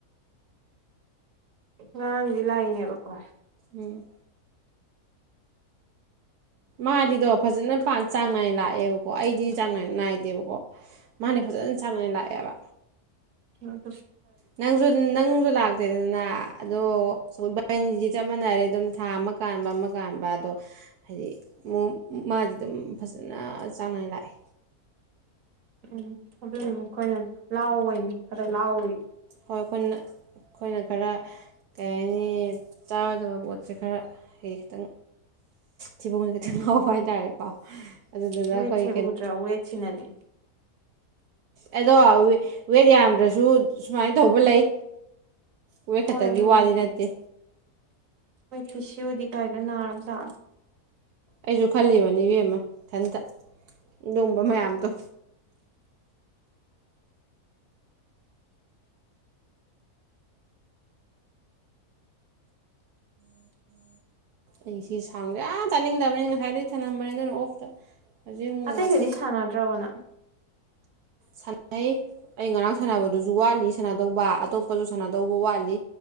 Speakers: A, on the right; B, on the right.
A: ꯉꯔꯥꯡꯗꯤ ꯂꯥꯛꯏꯅꯦꯕꯀꯣ
B: ꯎꯝ ꯃꯥꯗꯤꯗꯣ ꯐꯖꯅ ꯆꯥꯡ ꯅꯥꯏꯅ ꯂꯥꯛꯑꯦꯕꯀꯣ ꯑꯩꯗꯤ ꯆꯥꯡ ꯏ ꯅꯥꯏꯗꯦ ꯌꯥꯗꯦꯕꯀꯣ ꯃꯥꯅꯦ ꯐꯖꯅ ꯁꯥꯡꯅꯥꯏꯅ ꯂꯥꯛꯑꯦꯕ
A: ꯎꯝ
B: ꯅꯪꯁꯨ ꯅꯪ ꯂꯥꯛꯇꯦꯗꯅ ꯑꯗꯣ ꯁꯈꯣꯏ ꯕꯦꯟꯁꯤꯗꯤ ꯆꯞ ꯃꯥꯟꯅꯔꯦ ꯑꯗꯨꯝ ꯊꯥ ꯑꯃ ꯀꯥꯟꯕ ꯑꯃ ꯀꯥꯟꯕ ꯑꯗꯣ ꯍꯥꯏꯗꯤ ꯃꯥꯗꯤ ꯑꯗꯨꯝ ꯐꯖꯅ ꯆꯥꯡ ꯅꯥꯏꯅ ꯂꯥꯛꯑꯦ
A: ꯎꯝ ꯑꯗꯨ ꯃꯈꯣꯏꯅ ꯂꯥꯎꯑꯣꯏꯅꯤ ꯈꯔ ꯂꯥꯎꯏ
B: ꯍꯣꯏ ꯑꯩꯈꯣꯏꯅ ꯑꯩꯈꯣꯏꯅ ꯈꯔ ꯀꯩ ꯍꯥꯏꯅꯤ ꯆꯥꯔꯣꯏꯗꯕ ꯄꯣꯠꯁꯦ ꯈꯔ ꯍꯥꯏꯗꯤ ꯈꯤꯇꯪ ꯊꯤꯕꯣꯡꯁꯦ ꯈꯤꯇꯪ ꯉꯥꯎꯕ ꯍꯥꯏꯇꯥꯔꯦꯀꯣ ꯑꯗꯨꯗꯨꯅ
A: ꯍꯣꯏꯁꯦ
B: ꯑꯩꯈꯣꯏ
A: ꯎꯗ꯭ꯔꯥ ꯑꯣꯏꯋꯁꯤ ꯅꯅꯤ
B: ꯑꯦꯗꯣꯎꯋꯦ ꯋꯦꯠ ꯌꯥꯝꯗ꯭ꯔꯁꯨ ꯁꯨꯃꯥꯏꯅ ꯇꯧꯕ ꯂꯩ ꯋꯦ
A: ꯍꯣꯏ
B: ꯈꯛꯇꯪꯒꯤ
A: ꯑꯗꯨꯕꯨꯗꯤ
B: ꯋꯥꯗꯤ ꯅꯠꯇꯦ
A: ꯐꯁꯤ ꯑꯣꯏꯗꯤ ꯀꯗꯅꯥꯔꯝ ꯇꯥ
B: ꯑꯩꯁꯨ ꯈꯜꯂꯤꯕ ꯕꯤ ꯑꯃ ꯏꯊꯟꯇ ꯑꯗꯨꯒꯨꯝꯕ ꯃꯌꯥꯝ ꯇꯣ ꯑꯩ ꯁꯤ ꯁꯥꯎꯁꯦ ꯌꯥꯝ ꯇꯥꯅꯤꯡꯗꯕꯅꯤ ꯉꯁꯥꯏꯗꯒꯤꯩ ꯊꯝꯂꯝꯝꯕꯅꯤ ꯑꯗꯨꯅ ꯑꯣꯐꯇ ꯍꯧꯖꯤꯛ ꯑꯃꯨꯛ
A: ꯑꯇꯩꯒꯗꯤ
B: ꯉꯥꯛꯇꯪ
A: ꯁꯥꯟꯅꯗ꯭ꯔꯕꯅ
B: ꯁꯥꯟꯅꯩ ꯑꯩ ꯉꯔꯥꯡ ꯁꯥꯟꯅꯕꯗꯨꯁꯨ ꯋꯥꯠꯂꯤ ꯁꯥꯟꯅꯗꯧꯕ ꯑꯇꯣꯞꯄꯁꯨ ꯁꯥꯟꯅꯗꯧꯕ ꯋꯥꯠꯂꯤ